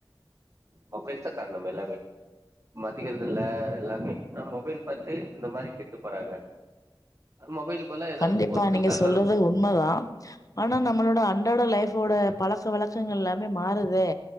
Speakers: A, on the right (about 35°); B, on the left (about 40°).
A: மொபைல் தான் காரணம் எல்லாமே மதிக்கிறதுல எல்லாமே மொபைல் பாத்து இந்த மாரி கெட்டு போறாங்க மொபைல் பதிலா ஏதாவது
B: கண்டிப்பா
A: போர்ச்சல்
B: நீங்க
A: கலர்
B: சொல்றது உண்மதான் ஆனா நம்மளோட அன்றாட லைஃப் நம்மோட பழக்க வழக்கங்கள் எல்லாமே மாறுதே